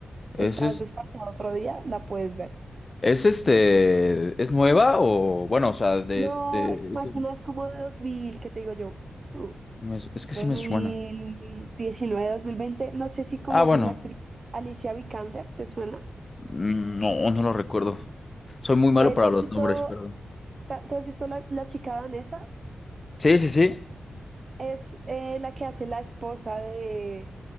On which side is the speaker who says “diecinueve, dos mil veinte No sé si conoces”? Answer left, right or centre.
Right